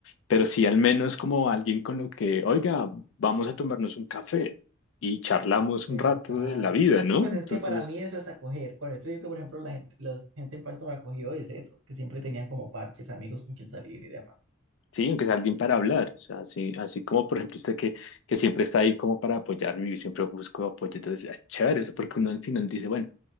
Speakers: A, on the left; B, on the right.
A: pero sí al menos como alguien con lo que, oiga, vamos a tomarnos un café y charlamos
B: Exacto.
A: un rato de la vida, ¿no?
B: Pues
A: Entonces...
B: es que para mí eso es acoger. Con esto digo que, por ejemplo, la gente, la gente en Pasto me acogió es eso, que siempre tenía como parches, amigos con quien salir y demás.
A: Sí, aunque sea alguien para hablar, o sea, así, así como por ejemplo usted que, que siempre está ahí como para apoyarme y siempre busco apoyo, entonces es chévere, eso porque uno al final dice, bueno,